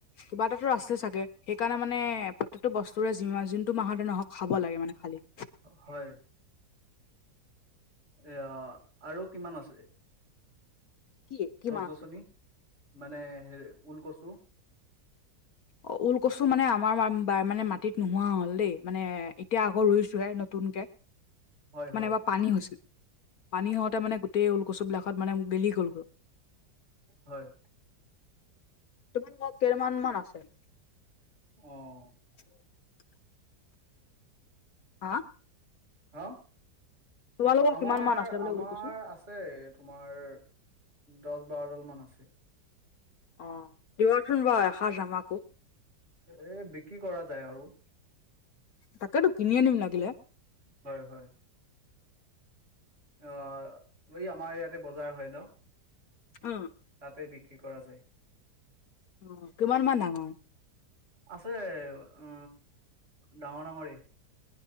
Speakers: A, on the left; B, on the right.
A: কিবা এটাতো আছে চাগে, সেইকাৰণে মানে প্ৰত্যেকটো বস্তুৰে যি যোনটো মাহতে নহওক খাব লাগে মানে খালী।
B: হয়। এইয়া আৰু কিমান আছে?
A: কি? কি
B: গছ
A: মাহ
B: গছনি
A: আছে
B: মানে হে ওলকচু?
A: অ ওলকচু মানে আমাৰ মানে মাটিত নোহোৱা হ'ল দেই, মানে এতিয়া আকৌ ৰুইছোহে নতুনকে।
B: হয়
A: মানে
B: হয়
A: বাপ পানী হৈছিল, পানী হওঁতে মানে গোটেই ওলকচু বিলাকত মানে গেলি গ'লগৈ।
B: হয়,
A: তোমালোকৰ কেইমান মান আছে?
B: অ,
A: <unintelligible> হা,
B: হা,
A: তোমালোকৰ
B: আমাৰ
A: কিমান মান আছে বোলে
B: আমাৰ
A: ঊল কৈছো
B: আছে - আছে তোমাৰ দহ বাৰ ডাল মান আছে।
A: অ দিবচোন বাও এসাঁজ আমাকো।
B: এ বিক্ৰী কৰা যায় আৰু।
A: তাকে তো কিনি আনিম লাগিলে।
B: হয় হয়। অ এই আমাৰ ইয়াতে বজাৰ হয় ন।
A: উম,
B: তাতে বিক্ৰী কৰা যায়।
A: অ কিমান মান ডাঙৰ?
B: আছে, উ ডাঙৰ ডাঙৰেই।